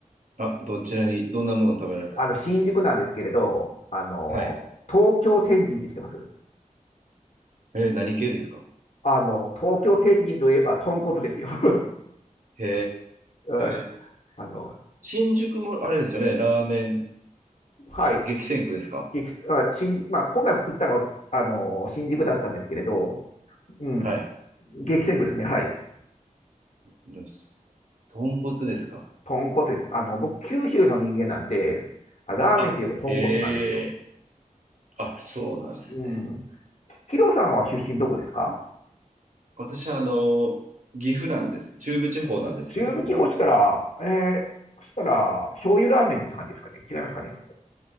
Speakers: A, on the right; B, on the left.
A: あ、どちらに、どんなものを食べられたんですか
B: あの、新宿なんですけれど、あの、
A: はい。
B: 東京天神って知ってます
A: えー何系ですか
B: あの、東京天神といえば豚骨ですよ。<laughs>
A: へ
B: うん
A: え。
B: あの、
A: 新宿も、あれですよね、ラーメン、
B: はい。
A: 激戦区ですか
B: 激あ新宿まあ、今回行ったのは、あの、新宿だったんですけれど、うん、
A: はい。
B: 激戦区ですね。はい。
A: どす。豚骨ですか
B: 豚骨です。あの、僕、九州の人間なんで、あラーメンといえば豚骨なんですよ。
A: あ、へえ。あ、そうなんですね。
B: うん。ヒロさんは出身どこですか
A: 私は、あの、岐阜なんです、中部地方なんですけれども、
B: 中部地方したら、えー、そしたら、醤油ラーメンって感じですかね。違いますかね。